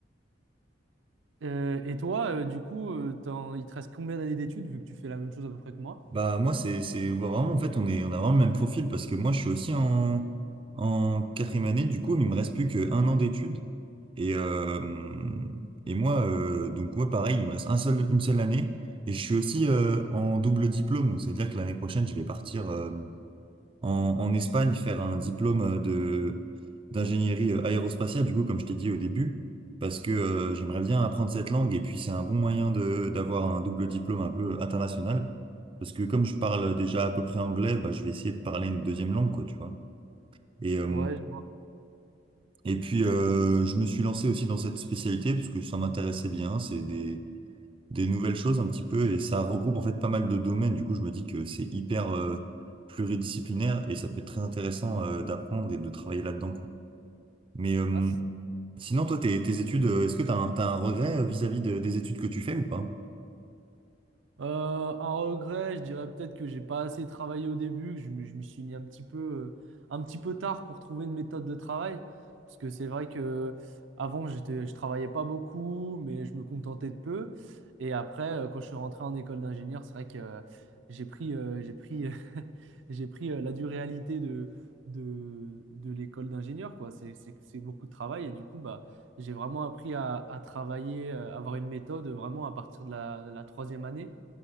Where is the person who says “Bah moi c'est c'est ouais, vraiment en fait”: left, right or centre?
Right